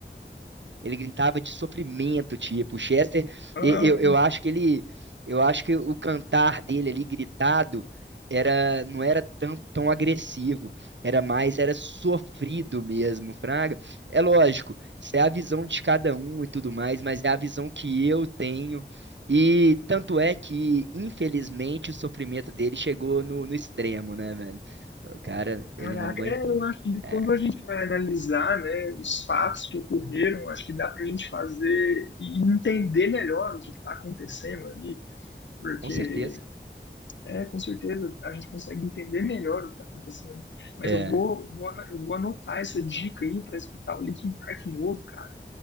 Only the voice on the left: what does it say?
Ah,
Caraca,
é, eu acho que quando
a gente vai analisar, né, os fatos que ocorreram, acho que dá para a gente fazer e entender melhor o que está acontecendo ali, porque
é, com certeza a gente consegue entender melhor o que está acontecendo. Mas
eu vou, vou, ana- eu vou anotar essa dica aí para escutar o Linkin Park novo, cara.